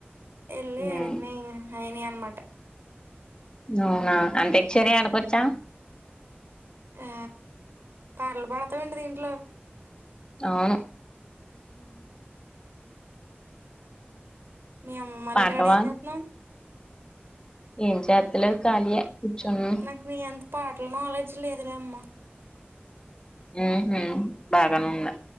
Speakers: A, on the right (about 70°); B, on the left (about 20°).
A: వెళ్లి
B: హ్మ్
A: అన్ని అయినయి అనమాట
B: అవునా అంత ఎచ్చర <unintelligible> ఆడకోొచ్చా
A: ఆ పాటలు పాడతావ ఎంటి దీంట్లో
B: అవును
A: మీ అమ్మమ్మ వాళ్ల
B: పాడతావా
A: ఇంటి కాడ ఏమ్ చెత్తనవ్
B: ఏంచేతలేం ఖాళీయే కూర్చునం
A: నాకు నీ అంత పాటల నాలెడ్జ్ లేదులే అమ్మ
B: ఉహు బాగానే ఉన్నా